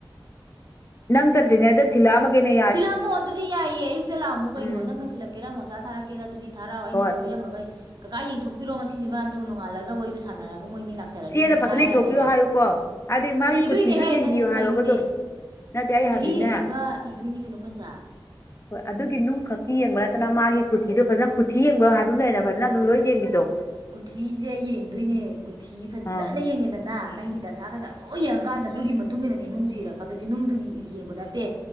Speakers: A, on the left (about 35°); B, on the right (about 55°).
A: ꯅꯪ ꯆꯠꯇꯔꯤ ꯉꯩꯗ ꯊꯤꯜꯂꯛ ꯑꯃꯒꯦꯅꯦ
B: ꯊꯤꯜꯂꯛꯑꯃꯣ ꯑꯗꯨꯗꯤ ꯌꯥꯏꯌꯦ ꯑꯌꯨꯛꯇ ꯂꯥꯛꯑꯝꯃꯣ ꯀꯩꯅꯣ
A: ꯎꯝ
B: ꯅꯪ ꯊꯤꯜꯂꯛ ꯀꯦꯔ ꯃꯣꯆꯥ ꯊꯔꯛꯀꯗ ꯑꯗꯨꯗꯤ ꯊꯔꯛꯑꯣ ꯑꯩꯅ
A: ꯍꯣꯏ
B: ꯑꯗꯨꯝ ꯄꯤꯔꯝꯒ ꯀꯀꯥ ꯌꯦꯡꯊꯣꯛꯄꯤꯔꯣ ꯉꯁꯤꯁꯤꯃꯗꯨ ꯅꯣꯡꯉꯜꯂꯒ ꯋꯥꯔꯤꯗꯣ ꯁꯅꯔꯒ ꯃꯣꯏꯅꯤ ꯂꯥꯛ ꯂꯥꯛꯆꯔꯅꯤ
A: ꯆꯦꯗ
B: ꯑꯗꯨꯝ ꯍꯥꯏ
A: ꯐꯖꯅ ꯏꯊꯣꯛꯄꯤꯌꯣ
B: ꯌꯥꯔꯦꯕ
A: ꯍꯥꯏꯌꯨꯀꯣ ꯍꯥꯏꯗꯤ ꯃꯥꯒꯤ
B: ꯏꯗꯣꯏꯅꯦꯍꯦ
A: ꯀꯨꯊꯤꯁꯨ ꯌꯦꯡꯕꯤꯌꯣ
B: ꯅꯪꯁꯨ
A: ꯍꯥꯏꯌꯣꯕ
B: ꯀꯩꯅꯣꯅꯦ
A: ꯑꯗꯨꯝ ꯅꯠꯇꯦ ꯑꯩ
B: ꯀꯨꯊꯤ
A: ꯍꯥꯏꯕꯗꯤꯅꯦ
B: ꯌꯦꯡꯉꯒ ꯏꯗꯣꯏꯅꯤ ꯀꯩꯅꯣ ꯄꯟꯆꯥ
A: <unintelligible> ꯍꯣꯏ ꯑꯗꯨꯒꯤ ꯅꯨꯡꯈꯛꯀꯤ ꯌꯦꯡꯕ ꯅꯠꯇꯅ ꯃꯥꯒꯤ ꯀꯨꯊꯤꯗꯣ ꯐꯖꯅ ꯀꯨꯊꯤ ꯌꯦꯡꯕꯣ ꯍꯥꯏꯕ ꯑꯃ ꯂꯩꯅ ꯐꯖꯅ ꯑꯗꯨꯝ ꯂꯣꯏ ꯌꯦꯡꯕꯤꯗꯣ
B: ꯀꯨꯊꯤꯖꯦ ꯌꯦꯡꯗꯣꯏꯅꯦ ꯀꯨꯊꯤ ꯐꯖꯅ
A: ꯑꯥ
B: ꯌꯦꯡꯉꯦꯗꯅ ꯅꯪꯒꯤ ꯗꯁꯥ ꯀꯩꯀꯥ ꯂꯣꯏ ꯌꯦꯡ ꯀꯥꯟꯗ ꯑꯗꯨꯒꯤ ꯃꯇꯨꯡ ꯏꯟꯅꯅꯦ ꯅꯨꯡꯁꯦ ꯏꯔꯛꯀꯗꯣꯏꯁꯦ ꯅꯨꯡꯗꯨꯒꯤ ꯌꯦꯡꯕ ꯅꯠꯇꯦ